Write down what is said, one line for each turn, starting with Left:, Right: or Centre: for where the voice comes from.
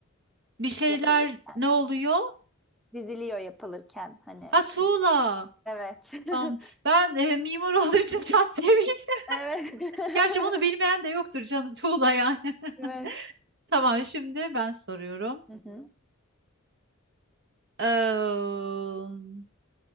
Right: bir şeyler
Centre: yapılırken.
Right: ne oluyor?
Centre: Diziliyor yapılırken hani
Right: Ha
Centre: üst
Right: tuğla.
Centre: üste. Evet.
Right: Tamam.
Centre: <laughs>
Right: Ben eee, mimar <laughs> olduğum için çat diye bildim.
Centre: Evet. <laughs>
Right: Gerçi bunu bilmeyen de yoktur canım tuğla yani.
Centre: Evet.
Right: <laughs> Tamam şimdi ben soruyorum.
Centre: Hı hı.
Right: Eee,